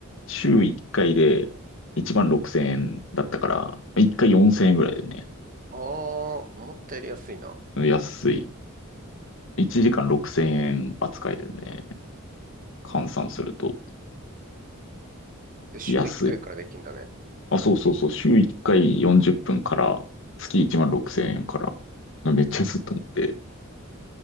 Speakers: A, on the left; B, on the right.
A: 週1回で1万6000円だったから、1回4000円ぐらいでね、
B: ああー、思ったより安いな。
A: 安い。1時間6000円扱いでね、換算すると
B: で、週1回かいからできんだね。
A: 安い。あ、そうそうそう、週1回40分から月1万6000円から、めっちゃ安いと思って。